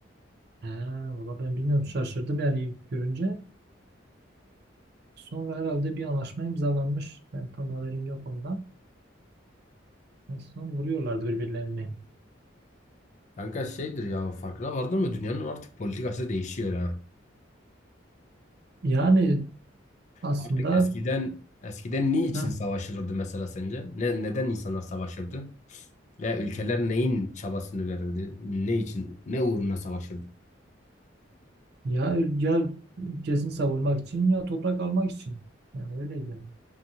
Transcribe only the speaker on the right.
He, valla ben bilmiyorum şaşırdım yani ilk görünce. Sonra herhalde bir anlaşma imzalanmış. Ben tam haberim yok ondan. En son vuruyorlardı birbirlerini.
Yani aslında
heh,
ya, ya ülkesini savunmak için ya toprak almak için. Yani öyleydi. Yani,